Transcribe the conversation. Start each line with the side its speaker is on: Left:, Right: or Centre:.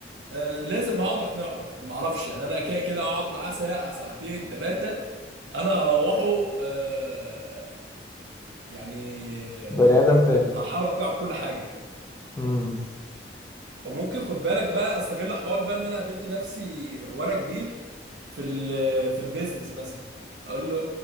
Right: آه، لازم هقعد اقنعه بقى ما اعرفش يعني انا كده كده هقعد معاه ساعه ساعتين ثلاثه انا هروحه آه، يعني آه،
Left: بني آدم تاني
Right: هحاول اقنعه بكل حاجه
Left: امم
Right: وممكن خد بالك بقى استغل حوار بقى ان انا قابلت نفسي وانا كبير في ال- في البيزنس مثلا اقول له